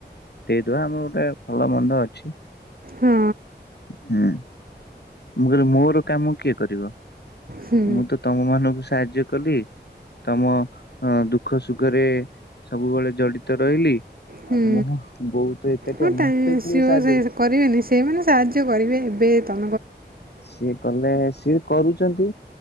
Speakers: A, on the left; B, on the right.
A: ଦେଇଦବା ଆମର ଗୋଟେ ଭଲ ମନ୍ଦ ଅଛି।
B: ହଁ
A: ହୁଁ। ମୁଁ କହିଲି ମୋର କାମ କିଏ କରିବ
B: ହୁଁ
A: ମୁଁ ତ ତମ ମାନଙ୍କୁ ସାହା ଯ୍ୟ କଲି ତମ ଅଁ ଦୁଃଖ ସୁଖରେ ସବୁବେଳେ ଜଡିତ ରହିଲି।
B: ହୁଁ
A: ଆଉ ମୁଁ ବହୁତ ଏକାଠିଆ
B: ହଁ ଟା
A: ମତେ କିଏ
B: ସିଏ
A: ସାହାଯ୍ୟ
B: ସେଇ ସ କରିବେନି ସେଇମାନେ ସାହାଯ୍ୟ କରିବେ। ଏବେ ତ
A: ସିଏ କଲେ ସିଏ କରୁଛନ୍ତି